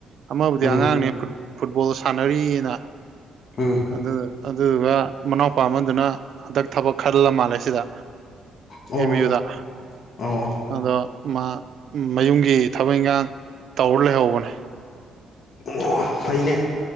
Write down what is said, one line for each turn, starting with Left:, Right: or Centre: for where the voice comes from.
Right: ꯑꯃꯕꯨꯗꯤ
Left: ꯎꯝ
Right: ꯑꯉꯥꯡꯅꯦ ꯐꯨꯠꯕꯣꯜ ꯁꯥꯟꯅꯔꯤꯑꯅ
Left: ꯍꯝ
Right: ꯑꯗꯨ ꯑꯗꯨꯗꯨꯒ ꯃꯅꯥꯎꯄꯥ ꯑꯃꯗꯨꯅ ꯍꯟꯗꯛ ꯊꯕꯛ ꯈꯜꯂ ꯃꯥꯜꯂꯦ ꯁꯤꯗ
Left: ꯑꯣ
Right: ꯑꯦꯝ ꯌꯨꯗ
Left: ꯑꯣ
Right: ꯑꯗꯣ ꯃꯥ ꯃꯌꯨꯝꯒꯤ ꯊꯕꯛ ꯏꯟꯈꯥꯡ ꯇꯧꯔ ꯂꯩꯍꯧꯕꯅꯦ
Left: ꯑꯣ ꯐꯩꯅꯦ